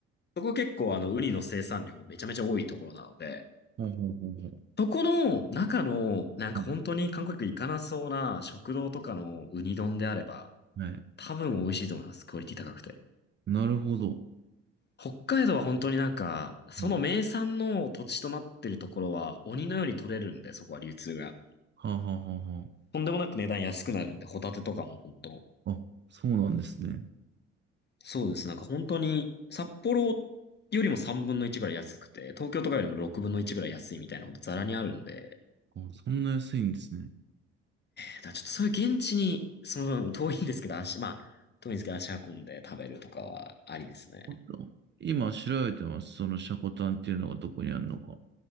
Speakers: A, on the left; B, on the right.
A: そこ結構あの、ウニの生産量めちゃめちゃ多いところなので、
B: ほうほうほうほう。
A: そこの中の、なんか本当に韓国行かなそうな食堂とかのウニ丼であれば、
B: はい。はい
A: 多分美味しいと思います。クオリティ高くて。
B: なるほど。
A: 北海道は本当になんか、その名産の土地となってるところは鬼のように取れるんで、
B: はい
A: そこは流通が。
B: はあ、はあはあは
A: とんでもなく値段安くなるんで、ホタテとかも本当。
B: あ。あ、そうなんですね。
A: そうです。なんか本当に、札幌よりも3分の1ぐらい安くて、東京とかよりも6分の1ぐらい安いみたいなことザラにあるんで、
B: あ、そんな安いんですね。
A: だからちょっとそういう現地に、その、遠いんですけど、足、まあ、遠いんですけど、足運んで食べるとかはありですね。
B: あった今調べてます。そのシャコタンっていうのがどこにあるのか。